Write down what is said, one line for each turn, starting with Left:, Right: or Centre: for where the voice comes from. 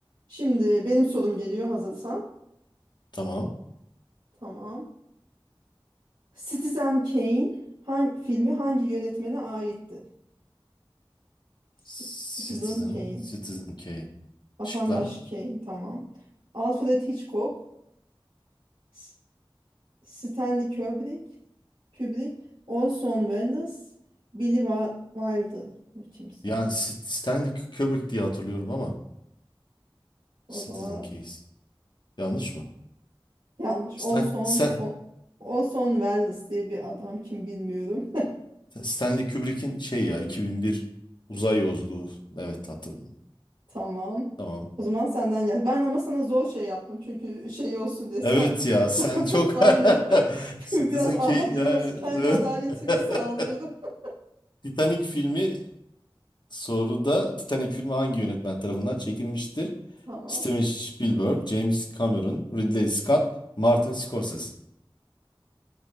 Right: Şimdi benim sorum geliyor hazırsan.
Left: Tamam.
Right: Tamam. Citizen Kane hangi filmi hangi yönetmene aittir? C-
Left: Citizen,
Right: Citizen Kane.
Left: Citizen Kane.
Right: Vatandaş
Left: Şıklar.
Right: Kane. Tamam. Alfred Hitchcock, S- Stanley Kubrick, Kubrick, Orson Welles, Billy Wa- Wilder. Bu kimse?
Left: Yani Sit- Stanley Kubrick diye hatırlıyorum ama
Right: O
Left: Citizen
Right: zaman
Left: Kane. Yanlış mı?
Right: yanlış.
Left: Stan,
Right: Orson,
Left: Stan-
Right: o, Orson Welles diye bir adam kim bilmiyorum.
Left: Stanley Kubrick'in şey ya 2001 uzay yolculuğu. Evet hatırladım.
Right: Tamam.
Left: Tamam.
Right: O zaman senden gel. Ben ama sana zor şey yaptım. Çünkü şey olsun diye sen,
Left: Evet ya
Right: <laughs>
Left: sen
Right: sen
Left: çok
Right: aynen.
Left: <laughs>
Right: <laughs>
Left: Citizen
Right: Biraz adil
Left: Kane ya.
Right: olsun. Kendi adaletimi
Left: <laughs>
Right: sağlıyorum. <laughs>
Left: Titanic filmi soruda Titanic filmi hangi yönetmen tarafından çekilmiştir?
Right: Tamam.
Left: Steven Spielberg, James Cameron, Ridley Scott, Martin Scorsese.